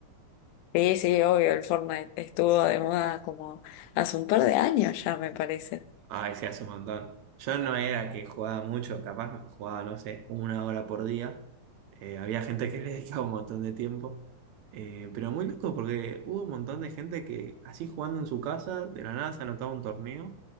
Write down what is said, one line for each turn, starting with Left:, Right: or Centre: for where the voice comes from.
Left: Sí, sí, obvio, el Fortnite estuvo de moda como hace un par de años ya, me parece.
Right: Ay, se hace un montón. Yo no era que jugaba mucho, capaz jugaba, no sé, una hora por día. Eh, había gente que le dedicaba un montón de tiempo. Eh, pero muy loco porque hubo un montón de gente que así jugando en su casa, de la nada se anotaba un torneo.